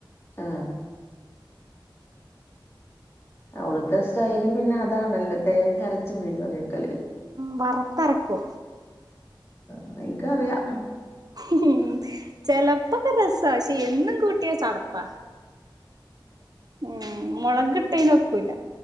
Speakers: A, on the left; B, on the right.
A: ആ അവിടുത്തെ സ്റ്റൈല് പിന്നതാണല്ലോ തേങരച്ച് മീൻകറിയെക്ക
B: വറത്തരക്കൂ
A: ആ ഇക്കറിയാം
B: ഉം ചെലപ്പോക്കെ രസാ പക്ഷെ എന്നും കൂട്ടിയാ ചടപ്പാ ഉം മൊളകിട്ടേന വക്കൂല്ല